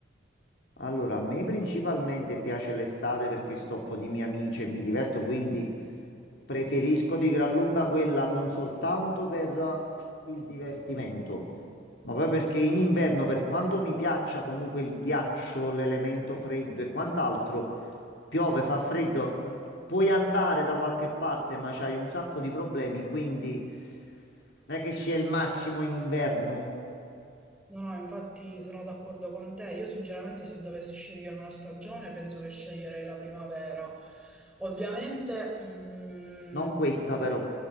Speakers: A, on the left; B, in the centre.
A: Allora, a me principalmente piace l'estate perché sto con i miei amici e mi diverto, quindi preferisco di gran lunga quella non soltanto per il divertimento, ma poi perché in inverno, per quanto mi piaccia comunque il ghiaccio, l'elemento freddo e quant'altro, Piove, fa freddo, mh, puoi andare da qualche parte, ma c'hai un sacco di problemi, quindi non è che sia il massimo in inverno.
B: No, no, infatti sono d'accordo con te. Io sinceramente se dovessi scegliere una stagione penso che sceglierei la primavera. Ovviamente, mm,
A: Non questa però,